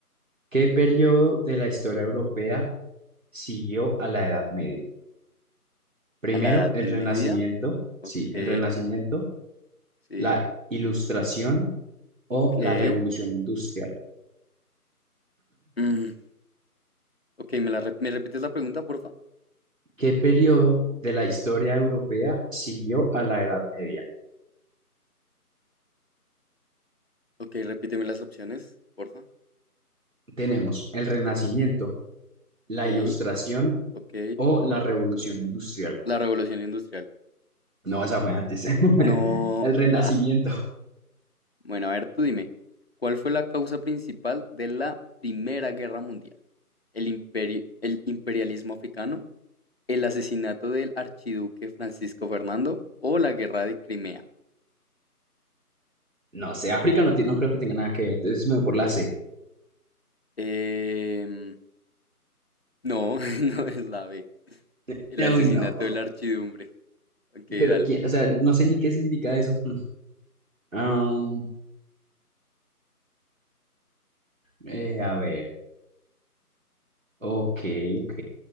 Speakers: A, on the right (about 55°); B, on the left (about 40°).
A: ¿Qué periodo de la historia europea siguió a la Edad Media? Primero,
B: A la Edad
A: el
B: Media.
A: Renacimiento,
B: Ok,
A: sí, el Renacimiento,
B: sí,
A: la Ilustración o
B: ok.
A: la Revolución Industrial.
B: Mm, ok, ¿me, la rep- ¿me repites la pregunta, porfa?
A: ¿Qué periodo de la historia europea siguió a la Edad Media?
B: Ok, repíteme las opciones, porfa.
A: Tenemos el Renacimiento, La
B: Ok,
A: Ilustración
B: ok.
A: o la Revolución Industrial.
B: La Revolución Industrial.
A: No, esa fue antes. <laughs>
B: No.
A: El Renacimiento.
B: ah, Bueno, a ver, tú dime. ¿Cuál fue la causa principal de la Primera Guerra Mundial? ¿El imperio, el imperialismo africano? el asesinato del archiduque Francisco Fernando o la guerra de Crimea.
A: No sé, África no, ti- no creo que tenga nada que ver. Entonces me voy por la C.
B: Em, no, <laughs> no es la B.
A: <laughs>
B: El asesinato
A: Uy, no.
B: de la archidumbre. Ok,
A: Pero
B: dale.
A: quién, o sea, no sé ni qué significa eso. <laughs> Mm. Am, eh, a ver. Ok, ok.